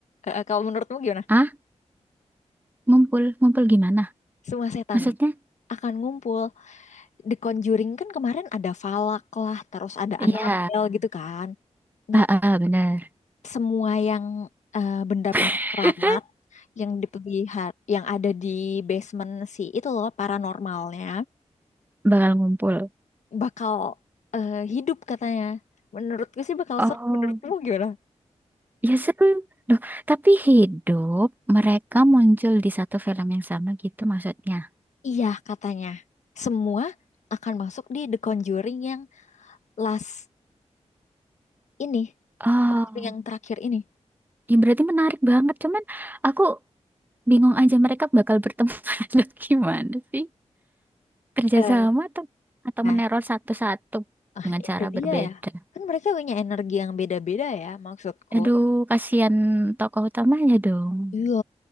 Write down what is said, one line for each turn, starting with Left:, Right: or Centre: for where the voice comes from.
Left: Eh, eh, kalau menurutmu gimana?
Right: ah, ngumpul ngumpul gimana?
Left: Semua setannya
Right: Maksudnya?
Left: akan ngumpul. The Conjuring kan kemarin ada Falak lah, terus ada
Right: Iya,
Left: Annabelle gitu kan. Nah,
Right: ah, ah, bener.
Left: semua yang eh, benda-benda
Right: <laughs>
Left: keramat yang dipelihara yang ada di basement si itu loh paranormalnya
Right: Bakal ngumpul.
Left: bakal eh, hidup katanya. Menurutku sih bakal
Right: Oh.
Left: seru. Menurutmu gimana?
Right: Ya seru. Loh, tapi hidup mereka muncul di satu film yang sama gitu maksudnya.
Left: Iya katanya. Semua akan masuk di The Conjuring yang last ini.
Right: Oh,
Left: The Conjuring yang terakhir ini.
Right: ya berarti menarik banget. Cuman aku bingung aja mereka bakal bertemu <laughs> atau gimana sih? Kerjasama
Left: Eh,
Right: atau atau
Left: nah,
Right: meneror satu-satu
Left: ah,
Right: dengan
Left: itu
Right: cara
Left: dia
Right: berbeda.
Left: ya. Kan mereka punya energi yang beda-beda ya maksudku.
Right: Aduh, kasihan tokoh utamanya dong.
Left: Iya,